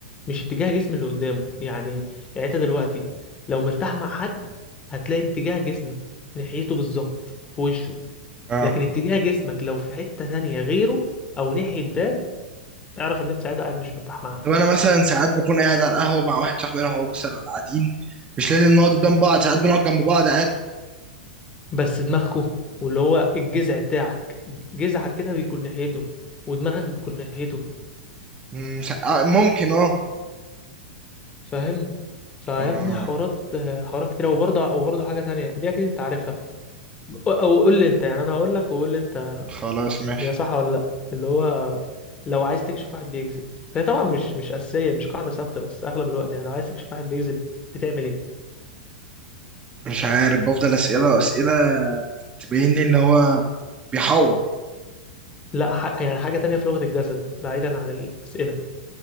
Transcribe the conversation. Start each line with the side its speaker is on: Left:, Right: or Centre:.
Left: مش اتجاه جسم اللي قدامه يعني يعني انت دلوقتي لو مرتاح مع حد هتلاقي اتجاه جسمك ناحيته بالظبط في وشه
Right: اه
Left: لكن اتجاه جسمك لو في حتة تانية غيره او ناحية باب اعرف ان انت ساعتها قاعد مش مرتاح معاه
Right: طب انا مثلا ساعات بكون قاعد على القهوة مع واحد صاحبي انا هو مثلا قاعدين مش لازم نقعد قدام بعض ساعات بنقعد جنب بعض عادي
Left: بس دماغكو واللي هو الجذع بتاعك جذعك كده بيكون ناحيته ودماغك بتكون ناحيته
Right: مم، سا- آه، ممكن اه
Left: فاهم فيا
Right: اه
Left: ابني حوارات حوارات كتير وبرضه وبرضه حاجة تانية دي اكيد انت عارفها او أو قول لي انت يعني انا هقول لك وقول لي انت
Right: خلاص ماشي
Left: هي صح ولا لا اللي هو لو عايز تكشف واحد بيكذب هي طبعا مش مش أساسية مش قاعدة ثابتة بس اغلب الوقت يعني لو عايز تكشف واحد بيكذب بتعمل ايه
Right: مش عارف بفضل اسئلة اسئلة تبين لي ان هو بيحور
Left: لا ح... يعني حاجة تانية في لغة الجسد بعيدا عن الأسئلة